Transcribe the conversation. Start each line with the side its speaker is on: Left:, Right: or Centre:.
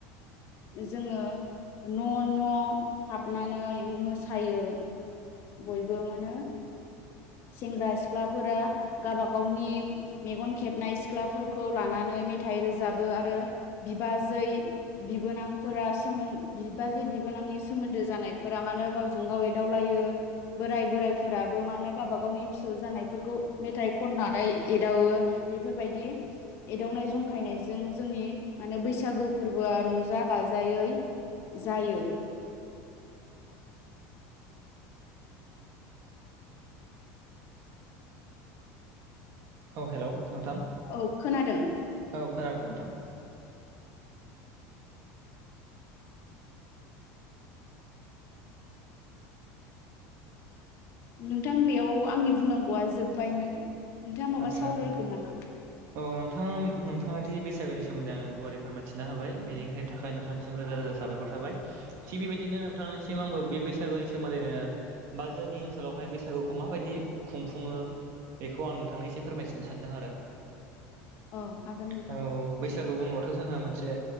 Left: जोंङो न' न' हाबनानै मोसायो। बयबो मानो सेंग्रा सिख्लाफोरा गाबा गावनि मेगन खेबनाय सिख्लाफोरखौ लानानै मेथाइ रोजाबो आरो बिबाजै बिबोनांफोरा सोमोन बिबाजै बिबोनांनि सोमोन्दो जानायफोरा मानोे गावजों गाव एदावलायो बोराय बोराइफोराबो मानोे गावबा गावनि फिसौ जानायफोरखौ मेथाइ खननानै एदावो बेफोरबायदि एदावनाय जंखायनायजों जोंनि मा होनो बैसागो फोरबोआ रंजा बाजायै जायो।
Right: औ हेल' नोंथां।
Left: औ खोनादों
Right: औ खोनादों नोंथां
Left: नोंथां बेयाव आंनि बुंनांगौआ जोब्बायमोन नोंथाङा माबा
Right: आदसा
Left: सावरायगोन
Right: नोंथां
Left: नामा
Right: औ नोंथां नोंथाङा दि बैसागोनि सोमोन्दै आं गुवारै फोरमाथिना हाबाय बेनिखायनो थाखाय नोंथांनिसिम रोजा रोजा साबायखर थाबाय थिग बेबायदिनो नोंथांनिसिम आंबो बे बैसागोनि सोमोन्दैनो बा जोंनि ओनसोलावहाय बैसागुखौ माबायदि खुंफुङो बेखौ आं नोंथांनो एसे फोरमायथिनो सान्दों आरो
Left: औ हागोन नोंथां
Right: औ बैसागु बुंब्लाथ' जोंहा मोनसे मोनसे